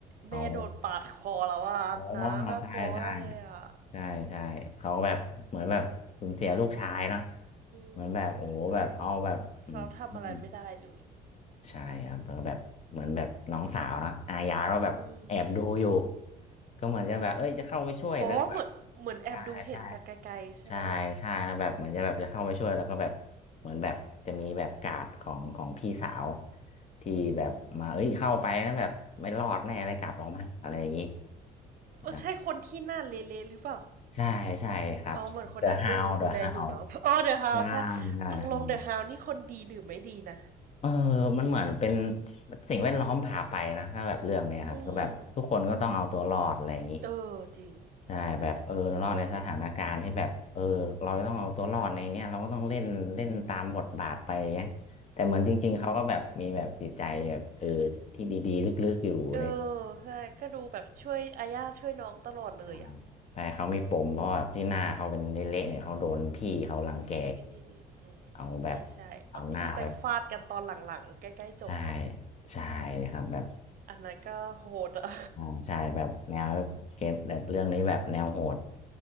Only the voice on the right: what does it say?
แม่โดนปาดคอแล้วอ่ะนะน่ากลัวมากเลยอ่ะ
อืม
ใช่เขาทำอะไรไม่ได้เลย
อืม
อ๋อเหมือนเหมือนแอบดูเห็นจากไกลๆใช่ไหม
อืม
อืมเออใช่คนที่หน้าเละๆหรือเปล่า
อ๋อเหมือนคนนั้นดูดูแลอยู่เนาะอ๋อเดอะฮาวใช่
ตกลงเดอะฮาวนี่คนดีหรือไม่ดีนะ
อืมเออจริง
ใช่เห็นด้วยเลยอืมอืมเออใช่ก็ดูแบบช่วยอาญาช่วยน้องตลอดเลยอ่ะ
พี่อืมพี่ชายเอาที่ไปฟาดกันตอนหลังๆใกล้ๆจบเนาะ
อันนั้นก็โหดอ่ะ